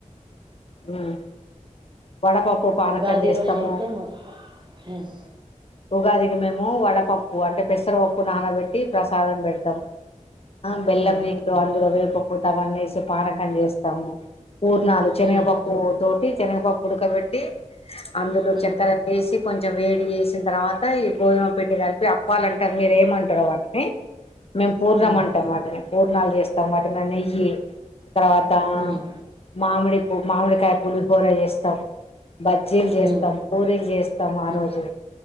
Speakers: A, on the left (about 50°); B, on the right (about 35°).
A: ఉమ్ వడపప్పు పానకంజరిస్తాము
B: ఉగాది రోజు అయితే మొత్తం ఉమ్
A: ఉగాదికి మేము వడపప్పు అంటే పెసరపప్పు నానబెట్టి ప్రసాదం పెడతాం అ బెల్లం
B: ఉమ్
A: నీళ్లు అందులో వేపపూత వేసి పానకం చేస్తాము పూర్ణాలు శనగపప్పు
B: ఉమ్
A: తోటి శనగపప్పు ఉడకబెట్టి అందులో
B: ఉమ్
A: చక్కెర వేసి కొంచెం వేడి వేసి తర్వాత ఈ గోధుమపిండి కలిపి అప్ప్వాలంటారు మీరు ఏమంటారు వాటిని మేము పూర్ణం
B: ఉమ్
A: అంటాంమాట పూర్ణలు చేస్తాం వాటిలో నెయ్యి తర్వాత
B: హ్మ్.
A: మామిడి పూ మామిడికాయ పులిహోర చేస్తాం బజ్జీలు చేస్తాం
B: హ్మ్.
A: పూరీలు చేస్తాం ఆ
B: హ్మ్.
A: రోజు